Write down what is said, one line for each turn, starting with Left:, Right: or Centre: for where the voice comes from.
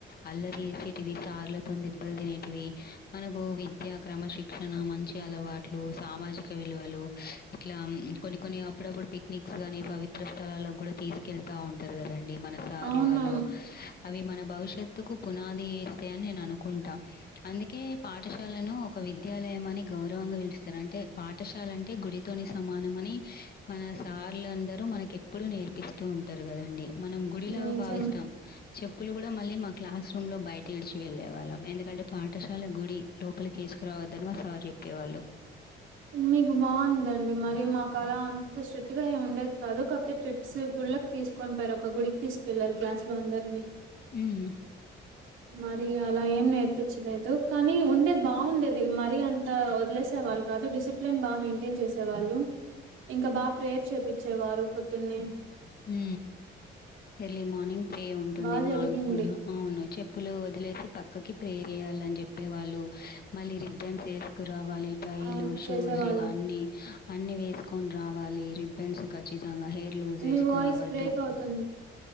Left: అల్లరి వేసేటివి సార్ దెబ్బలు తినేవి మనకు విద్యా క్రమ శిక్షణ మంచి అలవాట్లు సామాజిక విలువలు ఇట్లా కొన్ని కొన్ని అప్పుడప్పుడు పిక్నిక్స్ గానీ పవిత్ర స్థలాాలకు కూడా తీసుకెళ్త ఉంటారు కదండి మన సార్లు
Right: అవును
Left: వాళ్ళు అవి మన భవిష్యత్తుకు పునాది ఇస్తే అని నే అనుకుంటా అందుకే పాఠశాలను ఒక విద్యాలయం అని గౌరవంగా పిలుస్తారు. అంటే పాఠా పాఠశాలంటే గుడితోని సమానం అని మన సార్లుందరూ మనకి ఎప్పుడుూ నేర్పిస్తూ ఉంటారు కదండి మనం గుడిలాగా
Right: నిజమే
Left: భావిస్తాం చెప్పులు కూడా మళ్ళీ మా క్లాస్ రూమ్ లో బయటచు వెళ్ళే వాళ్ళం ఎందుకంటే పాఠశాల గుడి లోపలికి వేసుకురావద్దని మా సార్ చెప్పేవాళ్ళు
Right: మీకు బాగుందండి మరి మా కళ అంత స్ట్రిక్ట్ గా ఏమి ఉండేది కాదు కాకపోతే ట్రిప్ సర్ గుళ్ళకి తీసుకొనిపోయారు ఒక గుడికి తీసుకెళ్లారు గ్లాస్ లో అందరిని
Left: హ్మ్.
Right: మరి అలా ఏం నేర్పించిలేదు కానీ ఉండేది. బాగుండేది మరి అంత వదిలేసే వాళ్ళ కాదు డిసిప్లిన్ బాగా మెయింటైన్ చేసేవాళ్ళు ఇంకా బాగా ప్రేయర్ చేపించేవారు పొద్దున్నే
Left: హు ఎర్లీ మార్నింగ్ ప్రే ఉంటుంది
Right: బాగా
Left: మాకు
Right: జరిగింది
Left: కూడా అవును చెప్పులు వదిలేసి పక్కకి ప్రేర్ చేస్ నిలబడలని చెప్పేవాళ్ళు మళ్ళీ రిబ్బన్స్ వేసుకు రావాలి టైలు
Right: అవును
Left: షూస్లు
Right: చేసేవాళ్ళం
Left: అన్ని అన్ని వేసుకుని రావాలి రిబ్బెన్స్ ఖచ్చితంగా హెయిర్ గ్లూజ్ వేసుకురావద్దు
Right: మీ వాయిస్ బ్రేక్ అవుతుంది